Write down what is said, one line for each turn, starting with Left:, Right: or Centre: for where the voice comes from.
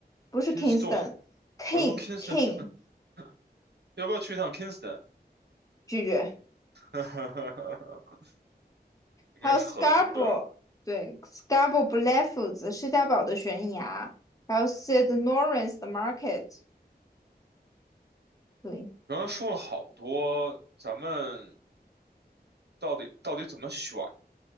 Left: 不是
Right: ？Kingston，
Left: Kingston，King
Right: 我还说 Kingston，
Left: King
Right: <laughs> 要不要去一趟 Kingston？
Left: 拒绝。
Right: <laughs> 应该是很无聊。
Left: 还有 Scarborough，对，Scarborough Bluffs 施嘉堡的悬崖，还有 Sid n o r n c e 的 Market，对。
Right: 刚才说了好多，咱们到底到底怎么选